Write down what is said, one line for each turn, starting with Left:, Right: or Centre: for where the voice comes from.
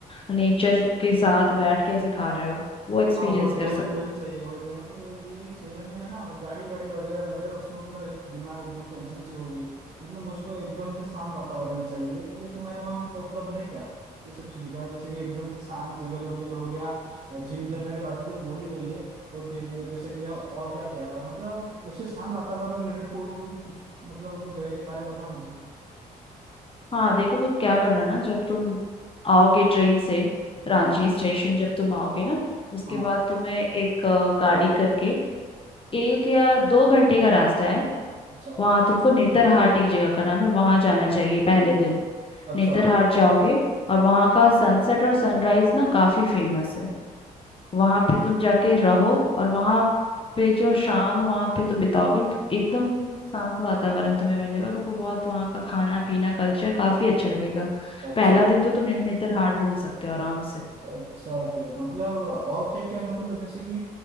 Left: नेचर के साथ बैठ के ऐसे खा रहे हो वो
Right: हाँ
Left: एक्सपीरियंस
Right: वह-
Left: कर
Right: वही
Left: सकते
Right: वही चाहिए वही चाहिए मतलब ये ये शहर में है ना गाड़ी वाड़ी वगैरह वगैरह उसमें मतलब एक दिमाग एकदम टेंशन सी हो गई मतलब मुझको एकदम से शांत वातावरण चाहिए ये तुम्हारे वहाँ मतलब उपलब्ध है क्या ये सब सुविधाएं जैसे कि एकदम से शांत जंगल वगल हो गया और झील झरने के बारे में तो बोल ही रही है तो फिर जैसे कि और क्या क्या है मतलब ऐसे शांत वातावरण रिलेटेड कोई कोई कुछ मतलब कुछ जगह के बारे में बता मुझे
Left: हाँ देखो तुम क्या करना ना जब तुम आओगे ट्रेन से
Right: हाँ
Left: रांची स्टेशन जब तुम आओगे ना उसके
Right: हाँ
Left: बाद तुम्हें एक अ, गाड़ी करके एक या दो घंटे का रास्ता है
Right: अच्छा
Left: वहां तुमको नेतरहाट
Right: अच्छा
Left: एक जगह का नाम है वहां जाना चाहिए पहले दिन
Right: अच्छा
Left: नेतरहाट जाओगे और वहां का सनसेट और सनराइज ना काफी फेमस है वहां पे तुम जाके रहो और वहां पे जो शाम वहां पे तुम बिताओगे तो एकदम शांत वातावरण तुम्हें मिलेगा तो वो बहुत वहाँ का खाना पीना कल्चर काफी अच्छा लगेगा
Right: अच्छा
Left: पहला दिन तो तुम ने- नेतरहाट घूम सकते हो आराम से
Right: अच्छा फिर मतलब और क्या क्या मतलब जैसे कि